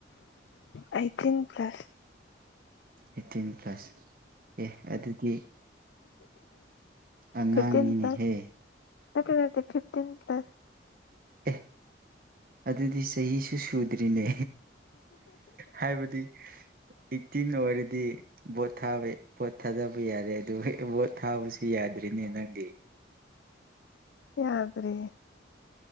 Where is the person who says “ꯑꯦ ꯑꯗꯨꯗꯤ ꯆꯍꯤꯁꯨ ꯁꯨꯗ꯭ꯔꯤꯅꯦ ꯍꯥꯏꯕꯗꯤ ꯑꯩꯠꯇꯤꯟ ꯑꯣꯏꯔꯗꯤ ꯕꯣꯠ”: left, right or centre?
Right